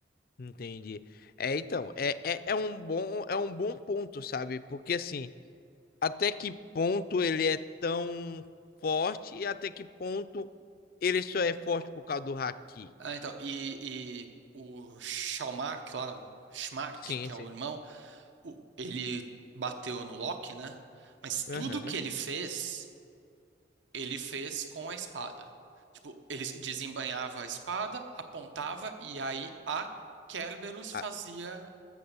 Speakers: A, on the left; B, on the right.
A: Entendi. É, então, é, é, é um bom, é um bom ponto, sabe? Porque assim, até que ponto ele é tão forte e até que ponto ele só é forte por causa do haki.
B: Ah, então, e, e o Shalmark lá, o Schmark,
A: Sim,
B: que é
A: sim.
B: o irmão, o- ele bateu no Loki, né? Mas tudo
A: Aham.
B: que ele fez. ele fez com a espada. Tipo, ele desembainhava a espada, apontava e aí a Kerberos
A: Ah,
B: fazia